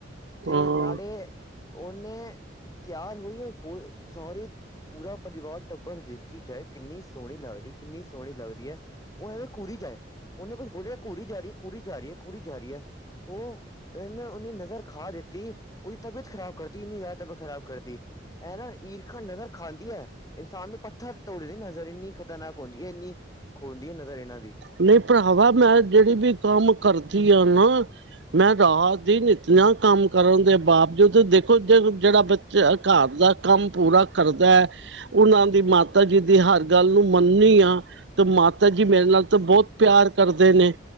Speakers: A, on the left; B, on the right.
A: ਤੇ
B: ਹਾਂ
A: ਨਾੜੇ ਉਹਨੇ। ਤਿਆਰ ਹੋਈ ਸੋਰੀ ਪੂਰਾ ਪਰਿਵਾਰ ਟੱਬਰ ਦੇਖੀ ਜਾਏ, ਕਿੰਨੀ ਸੋਹਣੀ ਲੱਗਦੀ, ਕਿੰਨੀ ਸੋਹਣੀ ਲੱਗਦੀ ਹੈ। ਉਹ ਹੈ ਘੂਰੀ ਜਾਏ, ਉਹਨੇ ਕੁਛ ਬੋਲਿਆ ਘੂਰੀ ਜਾ ਰਹੀ ਹੈ, ਘੂਰੀ ਜਾ ਰਹੀ ਹੈ ਘੂਰੀ ਜਾ ਰਹੀ ਹੈ। ਉਹ ਉਹਨੀ ਨਜ਼ਰ ਖਾ ਦੇਤੀ ਉਹਦੀ ਤਬੀਅਤ ਖਰਾਬ ਕਰਤੀ ਇੰਨੀ ਜ਼ਿਆਦਾ ਤਬੀਅਤ ਖਰਾਬ। ਕਰਦੀ ਇਹ ਨਾ ਈਰਖਾ ਨਜ਼ਰ ਖਾਂਦੀ ਹੈ। ਇਨਸਾਨ ਨੂੰ ਪੱਥਰ ਤੋੜ ਦੇ ਨਜ਼ਰ ਇੰਨੀ ਖ਼ਤਰਨਾਕ ਹੁੰਦੀ ਹੈ। ਇੰਨੀ ਖੁੰਦੀ ਹੈ ਨਜ਼ਰ ਇਹਨਾਂ ਦੀ
B: ਨਹੀਂ ਭਰਾਵਾ ਮੈਂ ਜਿਹੜੀ ਵੀ ਕੰਮ ਕਰਦੀ ਆ ਨਾ। ਮੈਂ ਰਾਹਤ ਦੀ ਨੀਤੀਆਂ ਕੰਮ ਕਰਨ ਦੇ ਬਾਵਜੂਦ ਦੇਖੋ ਜਿਹੜਾ ਘਰ ਦਾ ਕੰਮ ਪੂਰਾ ਕਰਦਾ। ਉਹਨਾਂ ਦੀ ਮਾਤਾ ਜੀ ਦੀ ਹਰ ਗੱਲ ਨੂੰ ਮੰਨਣੀ ਆ ਤੇ ਮਾਤਾ ਜੀ ਮੇਰੇ ਨਾਲ ਬਹੁਤ ਪਿਆਰ ਕਰਦੇ ਨੇ